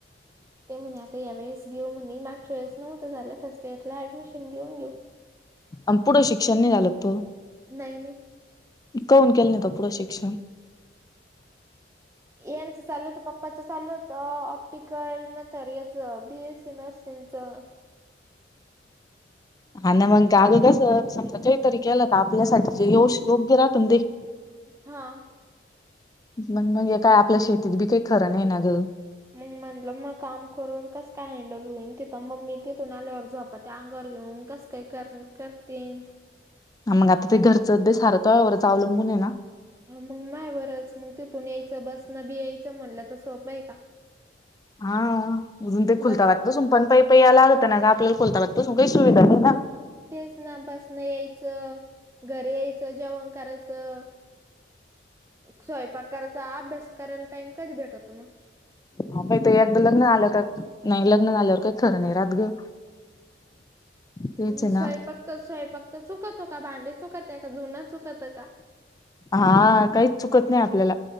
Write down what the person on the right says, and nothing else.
ते म्हणे आता यावेळेस घेऊ म्हणे, मागच्या वेळेस नव्हतं झालं फर्स्ट इयरला ऍडमिशन घेऊन घेऊ.
नाही नाही
यांचं चालल होत, पप्पाच चालल होत ऑप्टिकल न याचं बी ए सी नर्सिंगचं.
हां!
मग म्हणलं म काम करून कसं काय हँडल होईन, तिथं मम्मी तिथून आल्यावर झोप पत्या अंगावर घेऊन कसं काय कर-करतीन.
हा मंग माह्या वरच, मंग तिथून यायचं बसनं बी यायचं म्हणलं त सोपं आहे का?
बस
तेच ना बसन यायचं घरी यायचं जेवण कराचं. स्वयंपाक करायचा अभ्यास करायला टाइम कधी भेटततो मंग!
नं
स्वयपाक त, स्वयंपाक त चुकतो का, भांडे चुकत्या का, धून चुकतं का?